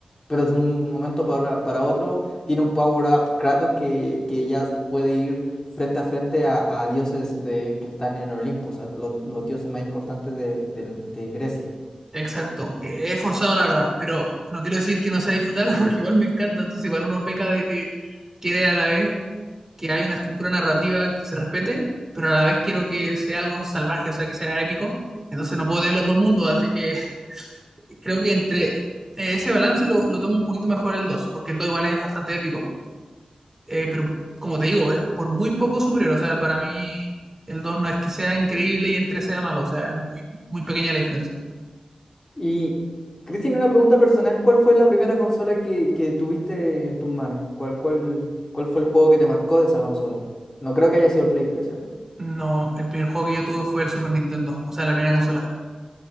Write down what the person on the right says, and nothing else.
Exacto, he forzado la verdad, pero no quiero decir que no sea disfrutarla <laughs> porque igual me encanta, entonces igual uno peca de que quiere a la vez que haya una estructura narrativa que se respete, pero a la vez quiero que sea algo salvaje, o sea, que sea épico, entonces no puedo tener los dos mundos, así que <laughs> creo que entre eh, ese balance lo, lo tomo un poquito mejor el 2, porque el 2 igual es bastante épico, Eh, pero como te digo, es por muy poco superior, o sea, para mí el 2 no es que sea increíble y el 3 sea malo, o sea, es muy, muy pequeña la diferencia.
No, el primer juego que yo tuve fue el Super Nintendo, o sea, la primera consola.